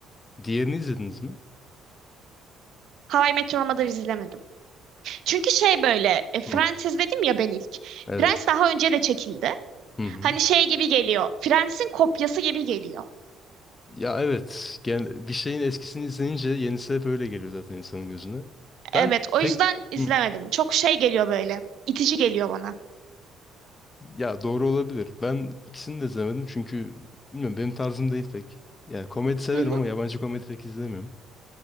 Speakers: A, on the left; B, on the right.
A: Diğerini izlediniz mi?
B: How I Met Your Mother izlemedim. Çünkü şey böyle e, Friends
A: Hı.
B: dedim ya ben ilk.
A: Evet.
B: Friends daha önce de çekildi.
A: Hı
B: Hani
A: hı.
B: şey gibi geliyor. Friends'in kopyası gibi geliyor.
A: Ya evet. Gen- bir şeyin eskisini izleyince yenisi hep öyle geliyor zaten insanın gözüne. Ben
B: Evet o
A: pek...
B: yüzden izlemedim.
A: Hı.
B: Çok şey geliyor böyle. İtici geliyor bana.
A: Ya doğru olabilir. Ben ikisini de izlemedim çünkü bilmiyorum benim tarzım değil pek. Yani komedi severim
B: Hı hı.
A: ama yabancı komedi pek izlemiyorum.